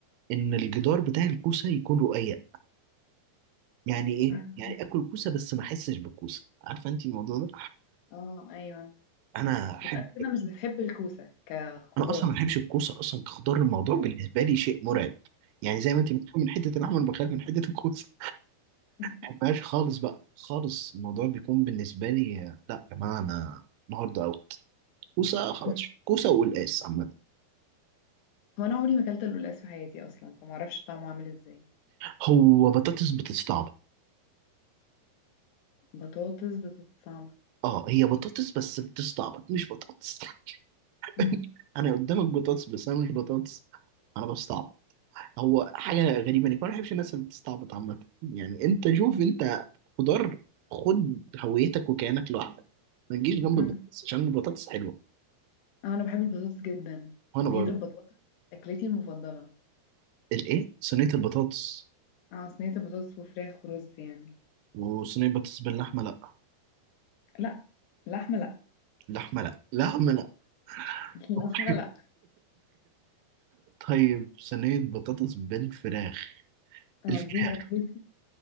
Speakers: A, on the right; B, on the left.
A: ان الجدار بتاع الكوسه يكون رقيق يعني ايه
B: أمم.
A: يعني اكل كوسه بس ما احسش بالكوسه عارفه انت الموضوع ده
B: اه ايوه
A: انا احب
B: يبقى انت كده مش بتحب الكوسه كخضار
A: انا اصلا ما بحبش الكوسه اصلا كخضار الموضوع
B: اه
A: بالنسبه لي شيء مرعب يعني زي ما انت بتخاف من حته اللحمه انا بخاف من حته الكوسه
B: أمم.
A: ما بحبهاش خالص بقى خالص الموضوع بيكون بالنسبه لي لا يا جماعه انا النهارده اوت كوسه خلاص
B: <laughs>
A: كوسه وقلقاس عامه
B: هو انا عمري ما اكلت اللولاس في حياتي اصلا فما اعرفش طعمه عامل ازاي
A: هو بطاطس بتستعبط
B: بطاطس بطاطس صعبه
A: اه هي بطاطس بس بتستعبط مش بطاطس <laughs>
B: مم.
A: انا قدامك بطاطس بس انا مش بطاطس انا بستعبط هو حاجة غريبة انك ما بحبش الناس اللي بتستعبط عامة يعني انت شوف انت خضار خد هويتك وكيانك لوحدك ما تجيش جنب
B: مم.
A: البطاطس عشان البطاطس حلوة
B: اه انا بحب البطاطس جدا
A: وانا
B: صينيه
A: برضه
B: البطاطس اكلتي المفضله
A: الايه صينية البطاطس
B: اه صينيه البطاطس وفراخ ورز يعني
A: وصينية بطاطس باللحمة لا
B: لا لحمه لا
A: لحمة لا لحمة لا
B: <laughs>
A: <laughs>
B: لحمه لا
A: طيب صينية بطاطس بالفراخ
B: آه
A: الفراخ
B: دي اكلتي